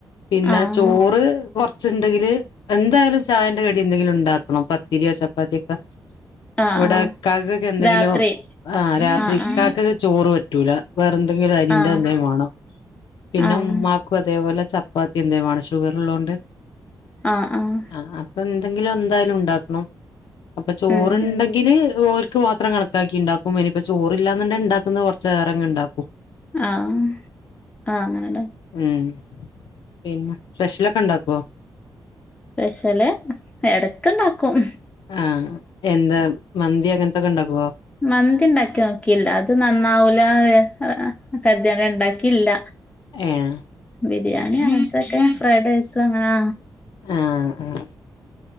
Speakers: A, on the left; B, on the left.
A: പിന്ന
B: ആഹ് ആഹ്
A: ചോറ് കൊറ ച്ച്ണ്ടെങ്കില് എന്തായാലും ചായന്റെ കടി എന്തെങ്കിലും ഉണ്ടാക്കണം. പത്തിരിയോ ചപ്പാത്തിയൊക്കെ
B: ആഹ്
A: ഇവിടെ
B: ആഹ്
A: ഇക്കാക്കൊക്കെന്തെങ്കിലും
B: രാത്രി
A: ആ രാത്രി
B: ആഹ്
A: ഇക്കാക്ക് ചോറ് പറ്റൂല. വേറെന്തെങ്കിലും അരിന്റെ
B: ആഹ്
A: എന്തേലും വേണം. പിന്നെ
B: ആഹ് ആഹ്
A: ഉമ്മാക്കും അതേപോലെ ചപ്പാത്തി എന്തേ ലുംവേണം ഷുഗറ്ള്ളോണ്ട്.
B: ആഹ് ആഹ്
A: ആ അപ്പൊ എന്തെങ്കിലും എന്തായാലും ഉണ്ടാക്കണം അപ്പൊ ചോറുണ്ടെങ്കില്.
B: ഉം
A: ഓല്ക്ക് മാത്രം കണക്കാക്കി ഇണ്ടാക്കും. എന്നിപ്പ ചോറില്ലാന്നുണ്ടെ ഇണ്ടാക്കുന്നത് കുറച്ചേറങ്ങ്ണ്ടാക്കും.
B: ആഹ് ആഹ് അങ്ങനെണ്ട
A: ഉം പിന്നെ സ്പെഷ്യലൊക്കെ ഉണ്ടാക്കുവോ.
B: പെഷ്യല് എടക്ക്‌ണ്ടാക്കും.
A: ആ എന്താ മന്തി അങ്ങനത്തെ ഒക്കെണ്ടാക്കുവോ?
B: മന്തിണ്ടാക്കി നോക്കില്ല അത് നന്നാവൂല ആ കരുതി ഇണ്ടാക്കില്ല.
A: ഏഹ്
B: ബിരിയാണി അങ്ങനത്തക്കെ ഫ്രൈഡ് റൈസ് അങ്ങനാ
A: ഹാ ആഹ്